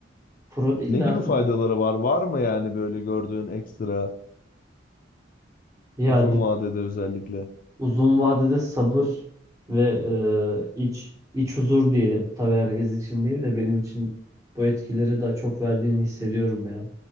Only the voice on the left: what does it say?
Ne
gibi
faydaları var? Var mı yani böyle gördüğün ekstra
uzun vadede özellikle?